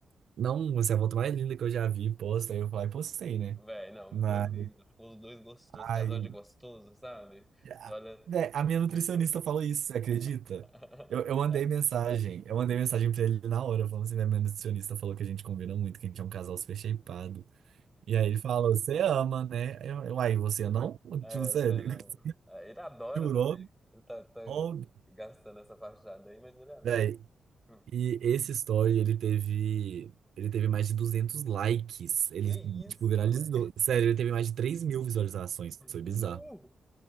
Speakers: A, on the right; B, in the centre.
A: Não, você é a foto mais linda que eu já vi, posta. Aí eu falei, postei, né?
B: Véi, não,
A: Mas.
B: ficou lindo. Ficou os dois gostosos,
A: Ai,
B: casal de gostoso, sabe?
A: a
B: Você olha.
A: né, a minha nutricionista
B: <laughs>
A: falou isso, você acredita? Eu, eu mandei
B: <laughs>
A: mensagem, eu mandei mensagem pra ele na hora, falando assim: né, minha nutricionista falou que a gente combina muito, que a gente é um casal super shapeado. E aí ele falou, você ama, né? Eu, eu, aí você não?
B: É,
A: Tipo, sério,
B: você não.
A: <laughs>
B: É, Ele adora
A: jurou?
B: também. Ele tá, tá
A: Oh,
B: gastando essa fachada aí, mas ele adora.
A: véi.
B: Hum.
A: E esse story, ele teve, ele teve mais de 200 likes. Ele,
B: Que isso,
A: tipo, viralizou.
B: velho?
A: Sério, ele teve mais de 3 mil visualizações. Foi
B: Nu!
A: bizarro.